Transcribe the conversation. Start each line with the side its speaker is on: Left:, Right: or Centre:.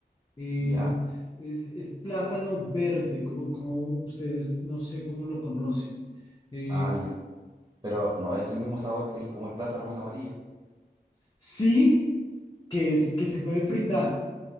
Left: es,
Right: ¿ya?
Left: es, es plátano verde, como, como ustedes, no sé cómo lo conocen. Eh,
Right: Ah, ya, pero no es el mismo sabor que el, como el plátano más amarillo,
Left: sí. que es que se puede fritar,